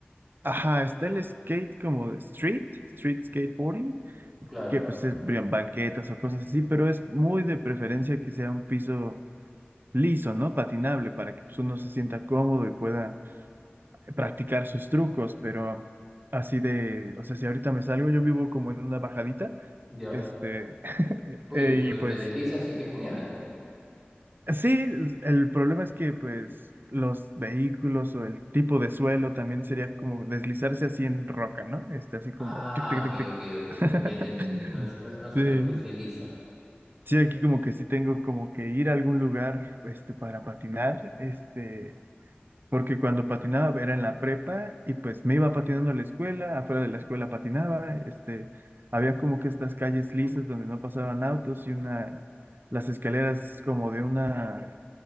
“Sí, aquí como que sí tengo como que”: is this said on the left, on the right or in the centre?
Right